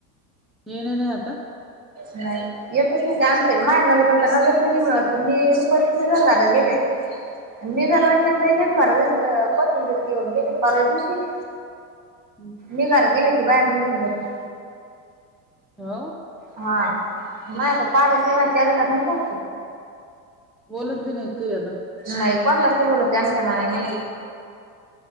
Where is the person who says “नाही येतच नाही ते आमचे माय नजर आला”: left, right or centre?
Right